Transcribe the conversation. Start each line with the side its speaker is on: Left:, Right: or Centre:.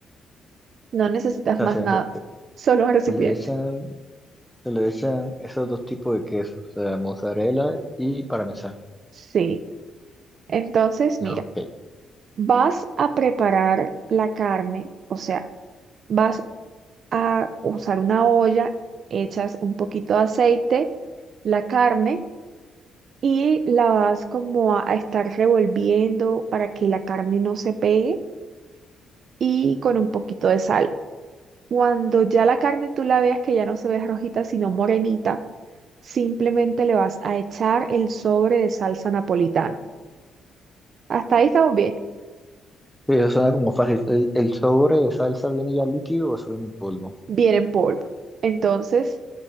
Right: No necesitas
Centre: sea,
Right: más
Centre: se,
Right: nada,
Centre: se- se-
Right: solo un recipiente.
Centre: se le echan, se le echan esos dos tipos de quesos, o sea, mozzarella y parmesano.
Right: Sí, entonces
Centre: Ya,
Right: mira,
Centre: ok.
Right: vas a preparar la carne, o sea, vas a usar una olla, echas un poquito de aceite, la carne y la vas como a, a estar revolviendo para que la carne no se pegue y con un poquito de sal. Cuando ya la carne tú la veas que ya no se ve rojita, sino morenita, simplemente le vas a echar el sobre de salsa napolitana. Hasta ahí estamos bien,
Centre: Sí, eso suena como fácil. ¿El, el sobre de salsa viene ya líquido o eso viene en polvo?
Right: bien en polvo. Entonces,